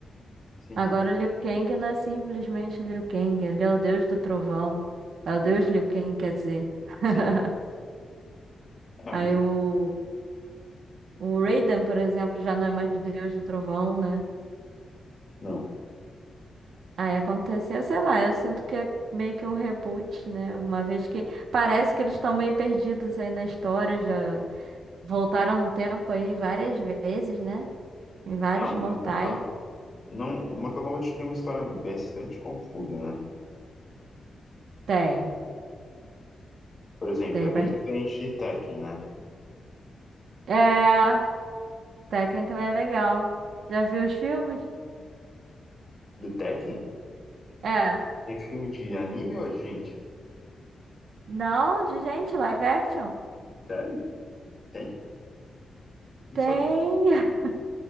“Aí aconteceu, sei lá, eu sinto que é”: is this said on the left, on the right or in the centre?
Right